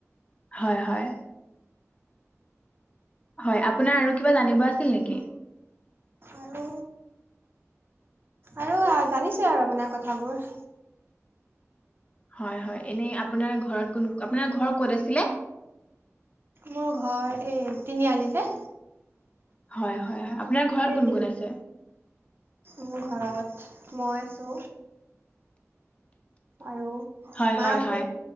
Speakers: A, on the left (about 25°); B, on the right (about 45°).
A: হয় হয়। হয় আপোনাৰ আৰু কিবা জানিব আছিল নেকি
B: আৰু আৰু জানিছো আৰু আপোনাৰ কথাবোৰ
A: হয় হয় এনে আপোনাৰ ঘৰত কোন আপোনাৰ ঘৰ কত আছিলে
B: মোৰ ঘৰ এই তিনিআলি যে
A: হয় হয় হয় আপোনাৰ ঘৰত
B: এই
A: কোন
B: তিনি
A: কোন আছে
B: মোৰ ঘৰত মই আছো আৰু
A: হয়
B: মা
A: হয়
B: আছে
A: হয়